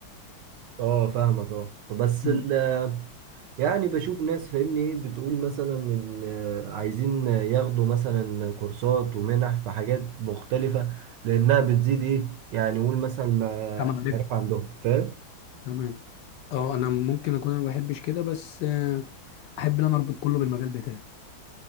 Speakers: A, on the right; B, on the left.
A: اه فاهمك اه بس
B: مم.
A: ال يعني بشوف ناس فاهمني ايه بتقول مثلا ان عايزين ياخدوا مثلا كورسات ومنح في حاجات مختلفة لانها بتزيد ايه يعني قول مثلا المعرفة
B: كما عرفت
A: عندهم فاهم
B: تمام اه انا ممكن اكون انا ما بحبش كده بس آه، احب ان انا اربط كله بالمجال بتاعي